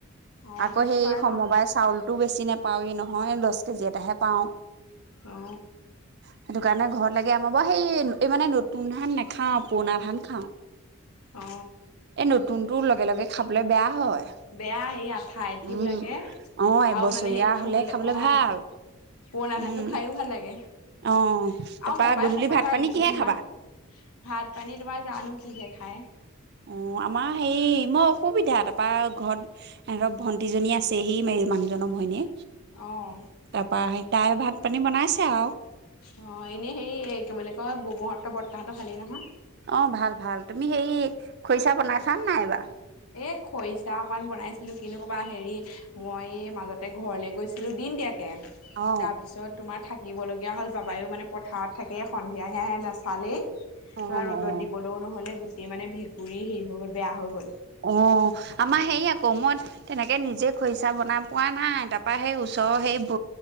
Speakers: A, on the left; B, on the right.
A: অ
B: আকৌ
A: সেইটো
B: সেই
A: হয়
B: সমবায়
A: বাৰু
B: চাউলতটো বেছি নোপাওৱেই নহয় মই দহ কেজি এটাহে পাও
A: অ
B: সেইটো কাৰণে ঘৰত লাগে আমাৰ বাৰু সেই এই মানে নতুন ধান নাখাওঁ পুৰণা ধান খাওঁ
A: অ অ
B: এই নতুনতটো লগে লগে খাবলৈ বেয়া হয়
A: বেয়া সেই আঠা আঠিও
B: উম
A: লাগে
B: অ এবছৰীয়া
A: আৰু মানে সেই খাবলৈ
B: হলে খাবলে
A: অ
B: ভাল
A: পুৰণা
B: উম
A: ধানটো খাইয়ো ভাল লাগে
B: অ তাৰপা
A: আৰু মোৰ
B: গধূলি
A: পৰাই সঁচা
B: ভাত
A: কথা
B: পানী কিহে
A: যিমান
B: খাবা
A: ভাত পানী তোমাৰ জানো কিহে খাই
B: অঁ আমাৰ হেৰি মই অসুবিধা তাৰপৰা ঘৰত ধক ভণ্টীজনী আছে সি ম মানুহজনৰ ভৈনীয়ে
A: অঁ
B: তাৰপৰা সে তাই ভাত পানী বনাইছে আৰু
A: অ এনেই হেৰি কি বুলি কয় বোমোহঁতো বৰ্তাহতটো ভালেই নহয়
B: অ ভাল ভাল তুমি সেই খৰিচা বনাই খান নাইব
A: এ খৰিচা অকমান বনাইছিলো কনেো কবা হেৰি মই মাজতে ঘৰলে গৈছিলো দিনতয়াকে
B: অ
A: তাৰ পিছত তোমাৰ থাকিব লগগীয়া হ'ল বাবায়ো মানে পথাৰত থাকে সন্ধিয়াহে আহে নাচালেই তো
B: অ
A: ৰ'দত
B: অ
A: দিবলৈও নহ'লে গো এ মান ভেঁকুৰৰিী হেৰি হৈ গ'ল বেয়া হৈ গ'ল
B: অ আমাৰ হেৰি আকৌ মই তেনেকে নিজে খৰিচা বনাই পোৱা নাই তাৰ পৰাা সেই ওচৰৰ সেই ব